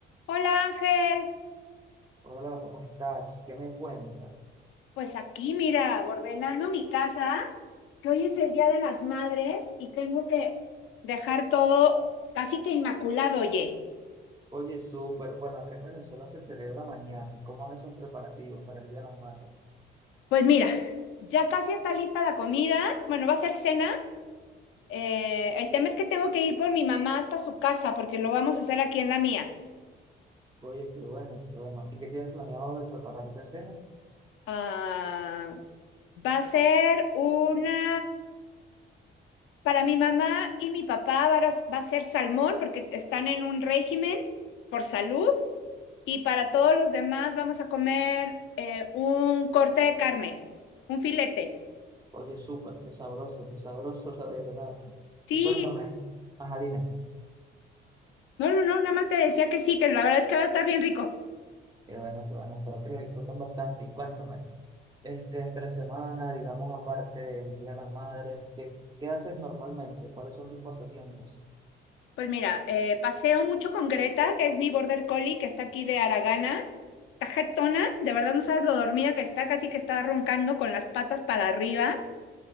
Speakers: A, on the left; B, on the right.
A: Hola Ángel,
B: Hola, ¿cómo estás? ¿Qué me cuentas?
A: pues aquí mira, ordenando mi casa, que hoy es el Día de las Madres y tengo que dejar todo casi que inmaculado, oye.
B: Oye, súper, bueno, acá en Venezuela se celebra mañana. ¿Y ¿Cómo van esos preparativos para el Día de las Madres?
A: Pues mira, ya casi está lista la comida, bueno, va a ser cena. eh, el tema es que tengo que ir por mi mamá hasta su casa porque lo vamos a hacer aquí en la mía.
B: Oye, qué bueno, qué bueno. ¿Y qué tienes planeado de preparar de cena?
A: Ah, va a ser una... Para mi mamá y mi papá va a va a ser salmón porque están en un régimen por salud. Y para todos los demás vamos a comer eh, un corte de carne, un filete.
B: Oye, súper, qué sabroso, qué sabroso, la verdad.
A: Sí,
B: Y cuéntame, ajá, dime.
A: no, no, no, nada más te decía que sí, que la verdad es que va a estar bien rico.
B: Qué bueno, qué bueno, espero que lo disfruten bastante. Y cuéntame, este, entre semana, digamos, aparte del Día de las Madres, ¿qué, qué haces normalmente? ¿Cuáles son tus pasatiempos?
A: Pues mira, eh, paseo mucho con Greta, que es mi border collie, que está aquí de Aragana. Está jetona, de verdad no sabes lo dormida que está, casi que está roncando con las patas para arriba.